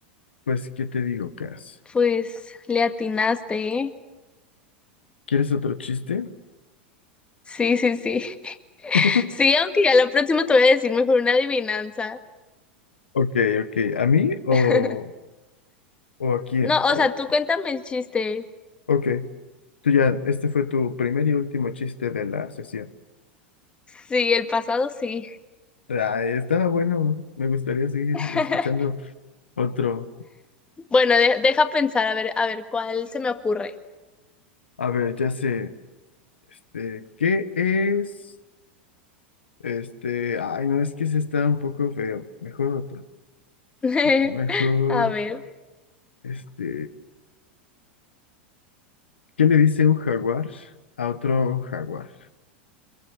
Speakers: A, on the left; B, on the left.
A: pues ¿qué te digo, Cas?
B: pues le atinaste, ¿eh?
A: ¿Quieres otro chiste?
B: Sí, sí, sí.
A: <laughs>
B: Sí, aunque ya la próxima te voy a decir mejor una adivinanza.
A: Ok, ok, ¿a mí o,
B: <laughs>
A: o a quién?
B: No,
A: O-
B: o sea, tú cuéntame el chiste.
A: ok, tú ya, este fue tu primer y último chiste de la sesión.
B: Sí, el pasado sí.
A: Ah, estaba bueno, me gustaría seguir
B: <laughs>
A: escuchando otro.
B: Bueno, de- deja pensar, a ver, a ver, ¿cuál se me ocurre?
A: A ver, ya sé, este, ¿qué es? Este, ay, no, es que se está un poco feo. Mejor otro.
B: <laughs>
A: Mejor.
B: A ver.
A: Este, ¿qué le dice un jaguar a otro jaguar?